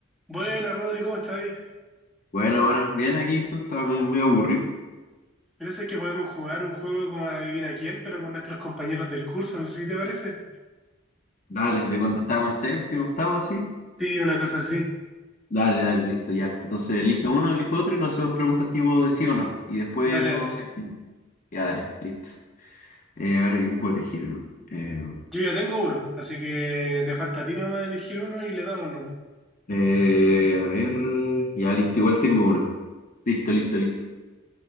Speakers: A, in the centre; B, on the left (about 40°).
A: Buenas, Rodri, ¿cómo estás ahí?
B: Bueno, bueno, bien aquí, tú estás medio medio aburrido.
A: Parece que podemos jugar un juego como Adivina quién, pero con nuestros compañeros del curso, no sé si te parece.
B: Dale, de cuando estábamos en séptimo, octavo, así.
A: Sí, una cosa así.
B: Dale, dale, listo, ya. Entonces elige uno, elijo otro y nos hacemos preguntas tipo de sí o no. Y después
A: Dale,
B: vemos
A: dale.
B: si... Ya, dale, listo. Eh, a ver, ¿quién puede elegir? Eh,
A: Yo ya tengo uno, así que te falta a ti nomás elegir uno y le damos nomás.
B: eh, a ver, ya, listo, igual tengo uno. Listo, listo, listo.